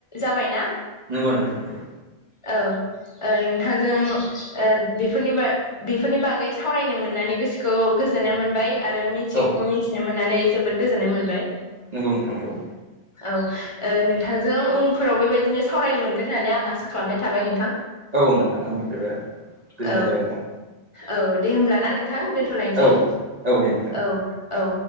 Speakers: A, on the left; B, on the right.
A: जाबायना
B: नंगौ नोंथां नोंगौ।
A: औ ओ नोंथांजों ओ बेफोरनि बागै बेफोरनि बागै सावरायनो मोननानै गोसोखौ गोजोननाय मोनबाय आरो थिखौबो
B: औ
A: मिथिनो मोननानै जोबोद गोजोननाय मोनबाय
B: नोंगौ नोंथां नोंगौ
A: औ ओ नोंथांजों उनफोराव बेबायदिनो सावरायनो मोनगोन होननानै आं आसा खालामनाय थाबाय नोंथां।
B: औ नोंथां आंनिफ्रायबो। गोजोननाय
A: औ
B: थाबाय नोंथां
A: औ दे होमब्लाना नोंथां दोनथ'लायनोसै
B: औ औ दे नोंथां दे
A: औ। औ